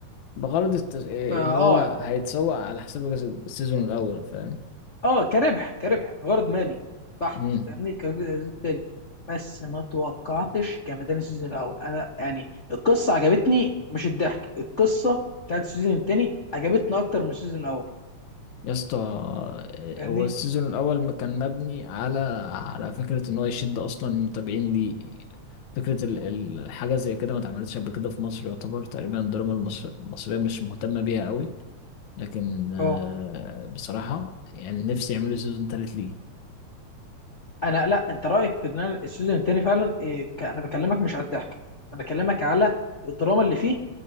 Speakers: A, on the left; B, on the left.
A: بغرض الت... ان
B: فاه اه
A: هو هيتسوق على حساب الجز- السيزون الاول فاهم
B: آه، كربح كربح غرض مالي بحت
A: امم
B: فاهمني كسيزون تاني بس ما توقعتش جمدان السيزون الاول انا يعني القصه عجبتني مش الضحك القصه بتاعت السيزون التاني عجبتني اكتر من السيزون الاول
A: يا اسطى
B: فاهمني
A: هو السيزون الاول ما كان مبني على على فكرة ان هو يشد اصلا المتابعين ليه فكرة ال- ال- الحاجة زي كده ما اتعملتش قبل كده في مصر يعتبر تقريبا الدراما المصر... المصرية مش مهتمة بيها قوي لكن آه،
B: اه
A: بصراحة يعني نفسي يعملوا سيزون تالت ليه
B: انا لا انت رايك في ان أنا السيزون التاني فعلا إيه ك- انا بكلمك مش على الضحك انا بكلمك على الدراما اللي فيه